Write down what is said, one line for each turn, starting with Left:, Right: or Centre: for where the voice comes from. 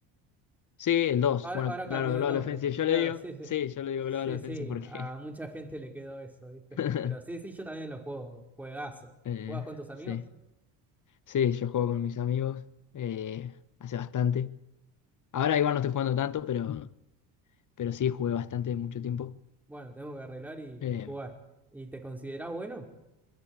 Left: Sí, el dos,
Centre: Ahora,
Left: Bueno,
Centre: ahora
Left: claro,
Centre: cambió
Left: Global
Centre: de nombre.
Left: Offensive yo le
Centre: Claro,
Left: digo.
Centre: sí, sí,
Left: Sí, yo le digo
Centre: sí,
Left: Global Offensive
Centre: sí,
Left: porque.
Centre: a mucha gente le quedó eso, ¿viste?
Left: <laughs>
Centre: Pero sí, sí, yo también lo juego, juegazo.
Left: eh,
Centre: ¿Jugás con tus amigos?
Left: sí. Sí, yo juego con mis amigos eh, hace bastante. Ahora igual no estoy jugando tanto, pero, pero sí jugué bastante mucho tiempo.
Centre: Bueno, tengo que arreglar y,
Left: Eh,
Centre: y jugar. ¿Y te considerás bueno?